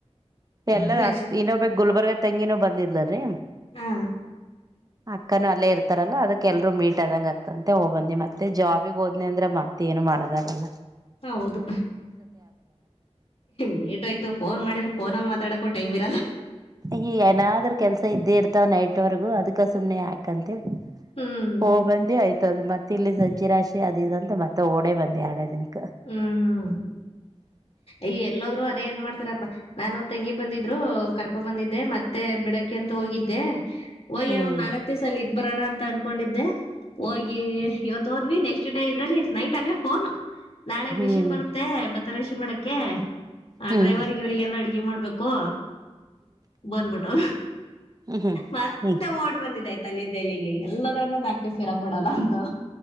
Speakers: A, on the left (about 60°); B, on the right (about 35°).
A: ಎಂಗ್ರೇಜ್
B: ಎಲ್ಲ ಅ ಇನೋ ಬಕ್ ಗುಲ್ಬರ್ಗ ತೆಂಗಿನೂ ಬಂದಿದ್ಲ್ರರಿ
A: ಹಾ
B: ಅಕ್ಕನು ಅಲ್ಲೇ ಇರ್ತಾರಲ್ಲಾ ಅದಕ್ಕೆ ಎಲ್ರು ಮೀಟ್ ಆದಂಗ ಆಗ್ತಂತೆ ಹೋಗಬಂದಿ ಮತ್ತೆ ಜಾಬಿಗ್ ಹೋದ್ನ ಅಂದ್ರ ಮ ಮತ್ತೇಏನು ಮಾಡದಾಗಲ್ಲ
A: ಹೌದು ಮೇಟೋಯ್ತು ಫೋನ್ ಮಾಡಿರ ಫೋನಲ್ಲಿ ಮಾತಾಡ ಕೊಟೆ ಇ ಮಿರಲ್ಲ
B: ಈ ಏನಾದ್ರ ಕೆಲ್ಸ ಇದ್ದೇ ಇರ್ತಾವ ನೈಟ್ವರ್ಗೂ ಅದ್ಕ ಸುಮ್ನೆ ಯಾಕಂತೆ
A: ಹ್ಮ್
B: ಹೋಗಬಂದಿ ಆಯ್ತ ಅದು ಮತ್ತೆ ಮತ್ತ ಇಲ್ಲಿ ಸಜ್ಜ ರಾಶಿ ಅದ ಅಂತ ಮತ್ತೆ ಓಡೆೇ ಬಂದ ಎರಡೇ ದಿನಕ್ಕೆ
A: ಹ್ಮ್
B: ಹ
A: ಈ ಎಲ್ಲೋದ್ರು ಅದೇ ದ್ ಮಾಡ್ತಾರಪ್ಪಾ ನಾನು ತೆಂಗಿ ಬಂದಿದ್ರು ಕರ್ಕೊಂಡ ಬಂದಿದ್ದೆ ಮತ್ತೆ ಬಿಡಕಿ ಅಂತೂ ಹೋಗಿದ್ದೆ ಒಯ್ಯ
B: ಹ್ಮ್
A: ಒನಾಲ್ತ್ತೇ ಸಾಲ ಇದ್ ಬರೋಣ ಅಂತ ಅ ಕಕೊಂಡಿದ್ದೆ ಹೋಗಿ ಇವತ್ತು ಹೋದ್ವಿ ನೆಕ್ಸ್ಟ್ ಡೇ ಇದ್ರಲ್ಲಿ ನೈಟ್ ಆಗ್ಲ ಫೋನು ನಾಳೆ
B: ಹ್ಮ್
A: ಮೆಷಿನ್ ಬರುತ್ತೆ ಭತ್ತ ರಷಿ ಮಾಡಕ್ಕೆ ಆ
B: ಹ್ಮ್
A: ಡ್ರೈವರ್ಗೆ ಇವರಿಗೆಲ್ಲಾ ಅಡ್ಗೆ ಮಾಡ್ ಬು ಬಂದ್ಬಿಟ್ಟು
B: ಹ್ಮ್
A: ಮತ್ತೆ
B: ಹ್ಮ್
A: ಓಡ್ ಬಂದಿದಾಯ್ತು ತಲೆ ತಲೆಗೆ ಎಲ್ಲದ್ರನ್ನೂಾಕ್ತೀ ಸ ಸಿರಾ ಮಾಡಲ್ಲ ಅಂತೂ